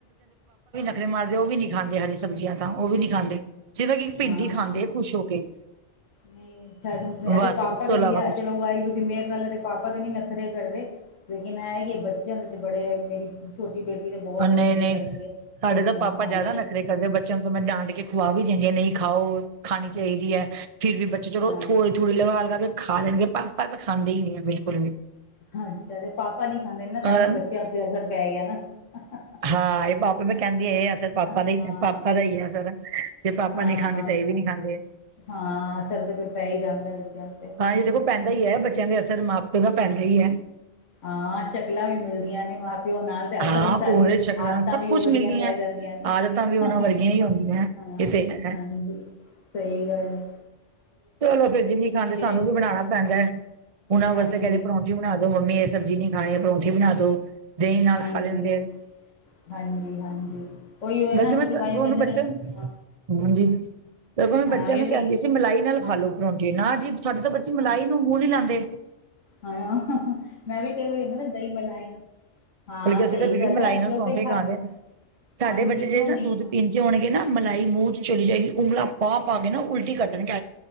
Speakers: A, on the right; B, on the left.
A: ਖਰੇ ਮਾਰਦੇ, ਉਹ ਵੀ ਨੀ ਖਾਂਦੇ, ਹਰੀ ਸਬਜ਼ੀਆਂ ਤਾਂ ਉਹ ਵੀ ਨੀ ਖਾਂਦੇ। ਸਿਰਫ ਇੱਕ ਭਿੰਡੀ
B: ਹਾਂ,
A: ਖਾਂਦੇ ਖੁਸ਼ ਹੋ ਕੇ
B: ਨਹੀਂ ਅੱਛਾ, ਇਹਦੇ
A: ਬਸ
B: ਪਾਪਾ
A: ਉਸ
B: ਦੇ
A: ਤੋਂ ਇਲਾਵਾ
B: ਵੀ ਆ
A: ਕੁਛ
B: ਚਲੋ ਵਾਹਿੁਗੁਰੂ ਦੀ ਮੇਹਰ ਨਾਲ ਇਦੇ ਪਾਪਾ ਤੇ ਨੀ ਨਖਰੇ ਕਰਦੇ। ਇਨਾ ਆਏਗੀ, ਬੱਚੇ ਉਨ੍ਹਾਂ ਦੇ ਬੜੇ, ਮੇਰੀ ਛੋਟੀ ਬੇਟੀ ਤੇ ਬਹੁਤ ਨਖਰੇ
A: ਨਹੀਂ-ਨਹੀਂ
B: ਕਰਦੀ ਹੈ।
A: ਸਾਡੇ
B: ਸਬਜ਼ੀਆਂ
A: ਤਾਂ ਪਾਪਾ
B: ਖਾਣ
A: ਜਿਆਦਾ
B: ਤੇ
A: ਨਖਰੇ ਕਰਦੇ ਬੱਚਿਆਂ ਨੂੰ ਤੇ ਮੈਂ ਡਾਂਟ ਕੇ ਖੁਆ ਵੀ ਦਿੰਦੀ ਆਂ ਨਹੀਂ ਖਾਓ, ਖਾਣੀ ਚਾਹੀਦੀ ਹੈ ਫੇਰ ਵੀ ਬੱਚੇ ਚਲੋ
B: ਹਾਂ
A: ਥੋੜੀ ਥੋੜੇ ਲਗਾ-ਲਗਾ ਕੇ ਖਾ ਖਾ ਲੈਣਗੇ, ਪਰ-ਪਰ ਤਾਂ ਖਾਂਦੇ ਹੀ ਨਹੀਂ ਆ ਬਿਲਕੁਲ ਵੀ।
B: ਹਾਂਜੀ, ਸਾਡੇ ਪਾਪਾ ਨੀ ਖਾਂਦੇ ਨਾ ਤਾਂ
A: ਅ
B: ਬੱਚਿਆਂ ਉੱਤੇ ਅਸਰ ਪੈ ਗਿਆ ਨਾ ਹਾ-ਹਾ-ਹਾ
A: ਹਾਂ, ਇਹ ਪਾਪਾ, ਮੈਂ ਕਹਿੰਦੀ ਆ ਇਹ ਅਸਰ ਪਾਪਾ ਦਾ
B: ਹਾਂ
A: ਹੀ ਪਾਪਾ ਦਾ ਹੀ ਏ ਅਸਰ ਜੇ ਪਾਪਾ
B: ਹਾਂ।
A: ਨੀ ਖਾਂਦੀ ਤਾਂ ਇਹ ਵੀ ਨੀ ਖਾਂਦੇ
B: ਹਾਂ ਅਸਰ ਤੇ ਫਿਰ ਪੈ ਹੀ ਜਾਂਦਾ ਬੱਚਿਆਂ ਤੇ
A: ਤਾਈਂ ਦੇਖੋ ਪੈਂਦਾ ਹੀ ਹੈ ਬੱਚਿਆਂ ਦੇ ਅਸਰ ਮਾ ਮਾ ਪੀਓ ਦਾ ਪੈਂਦਾ ਹੀ ਐ
B: ਹਾਂ ਸ਼ਕਲਾਂ ਵੀ ਮਿਲਦੀਆਂ ਨੇ ਮਾਂ ਪਿਓ ਨਾਲ। ਤੇ ਅਸਰ
A: ਹਾਂ
B: ਵੀ ਸਾਰੀ,
A: ਪੂੜੇ
B: ਹੈ
A: ਸ਼ਕਲਾਂ
B: ਆਦਤਾਂ
A: ਸਭ
B: ਵੀ
A: ਕੁਛ
B: ਉਹ ਵਧੀਆ
A: ਮਿਲਦੀਆਂ
B: ਪੈ ਜਾਂਦੀਆਂ ਨੇ।
A: ਆਦਤਾਂ ਵੀ ਉਹਨਾਂ
B: ਹਾਂ
A: ਵਰਗੀਆਂ ਹੀ ਹੁੰਦੀਆਂ ਇਹ ਤੇ ਹੈ
B: ਹਾਂਜੀ, ਸਹੀ ਗੱਲ ਐ।
A: ਚਲੋ ਫਿਰ ਜੇ ਨੀ ਖਾਂਦੇ, ਸਾਨੂੰ
B: ਹਾਂ
A: ਕੁੱਝ ਬਣਾਉਣਾ ਪੈਂਦੈ। ਉਹਨਾਂ
B: ਹਾਂਜੀ
A: ਵਾਸਤੇ ਕਹਿੰਦੇ ਪਰੌਂਠੀ ਬਣਾ ਦੋ ਮੰਮੀ, ਇਹ ਸਬਜ਼ੀ ਨੀ ਖਾਣੀ ਪਰੌਂਠੀ ਬਣਾ ਦੋ। ਦਹੀਂ ਨਾਲ
B: ਹਾਂਜੀ
A: ਖਾ ਲੈਂਦੇ ਐ।
B: ਹਾਂਜੀ ਹਾਂਜੀ ਉਹੀ ਹੈ
A: ਬਲਕੀ
B: ਨਾ
A: ਮੈ
B: ਕਿ
A: ਸ
B: ਤਾਂਹੀਓ
A: ਉਹਨੂੰ
B: ਕਹਿੰਦੇ
A: ਬੱਚਾ।
B: ਨੇ
A: ਹਾਂਜੀ
B: ਹਾਂ
A: ਸਗੋਂ ਮੈਂ ਬੱਚਿਆਂ
B: ਹਾਂ ਉਹੀ
A: ਨੂੰ
B: ਵੀ
A: ਕਹਿੰਦੀ ਸੀ, ਮਲਾਈ ਨਾਲ ਖਾਲੋ
B: ਹਾਂ
A: ਪਰੋਂਠੇ, ਨਾ ਜੀ ਸਾਡੇ ਤਾਂ ਬੱਚੇ ਮਲਾਈ ਨੂੰ ਮੂੰਹ ਨੀ ਲਾਉਂਦੇ।
B: ਖੂਹ ਮੈਂ ਵੀ ਕਈ ਹੋਈ ਕਦਾ ਨਾ ਦਹੀਂ ਮਲਾਈ ਹਾਂ
A: ਮਤਲ ਅਸੀਂ
B: ਸਹੀ
A: ਤਾਂ ਫਿਰ
B: ਗੱਲ
A: ਵੀ
B: ਹੈ
A: ਮਲਾਈ
B: ਅਸੀਂ
A: ਨਾਲ
B: ਲੋਕ
A: ਪਰੌਂਠੇ
B: ਤੇ ਹ
A: ਖਾਂਦੇ ਹਾਂ। ਸਾਡੇ
B: ਹਾਂਜੀ
A: ਬੱਚੇ ਜਿਹੜੇ
B: ਕਿਉਂ ਨਹੀਂ
A: ਨਾ ਦੁੱਧ
B: ਹਾਂ
A: ਪੀਂਦੇ ਹੋਣਗੇ, ਨਾ ਮਲਾਈ ਮੂੰਹ ਚ ਚਲੀ ਜਾਏਗੀ ਉਂਗਲਾ ਪਾ ਪਾ ਕੇ ਨਾ ਉਲਟੀ ਕੱਟਣ ਕੇ